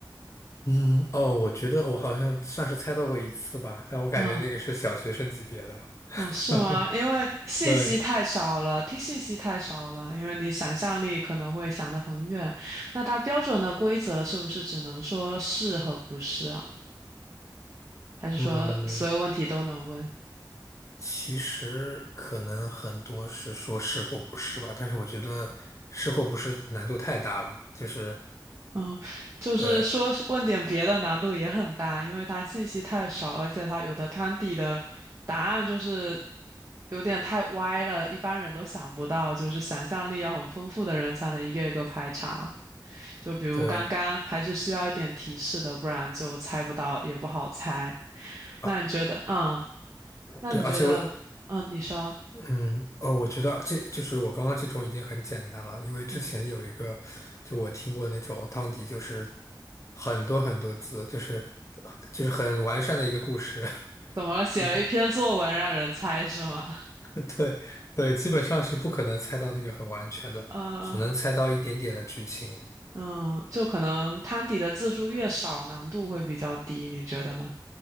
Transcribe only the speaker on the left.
嗯，哦，我觉得我好像算是猜到过一次吧，但我感觉那个是小学生级别的。
<laughs>
对，
嗯，其实可能很多是说是或不是吧，但是我觉得是或不是难度太大了，就是
对
对
啊
对，而且我
嗯哦，我觉得这就是我刚刚这种已经很简单了，因为之前有一个就我听过那种汤底，
就是很多很多字，就是就是很完善的一个故事，
<laughs> <laughs> 对对，基本上是不可能猜到那个很完全的，
只能猜到一点点的剧情。